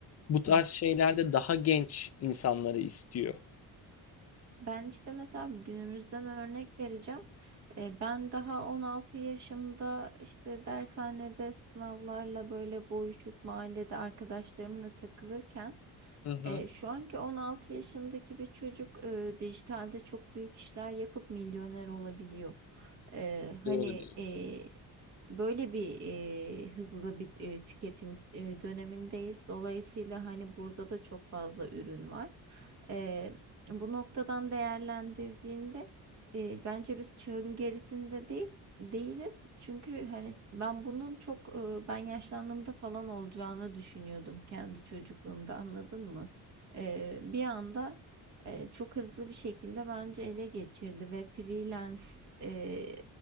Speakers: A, on the left; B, on the right.
A: bu tarz
B: Hı.
A: şeylerde daha genç insanları istiyor.
B: ben işte mesela günümüzden örnek vereceğim. E, Ben daha 16 yaşımda işte dershanede sınavlarla böyle boğuşup mahallede arkadaşlarımla takılırken
A: Hı hı.
B: E, şu anki 16 yaşındaki bir çocuk e, dijitalde çok büyük işler yapıp milyoner olabiliyor. Eee, hani,
A: Doğru diyorsun.
B: eee, böyle bir, eee, hızlı bir, eee, tüketim, eee, dönemindeyiz. Dolayısıyla, hani, burada da çok fazla ürün var. Eee, bu noktadan değerlendirdiğinde, eee, bence biz çağın gerisinde değil değiliz. Çünkü, hani, ben bunun çok, ııı, ben yaşlandığımda falan olacağını düşünüyordum kendi çocukluğumda, anladın mı? Eee, bir anda e, çok hızlı bir şekilde bence ele geçirdi ve freelance e,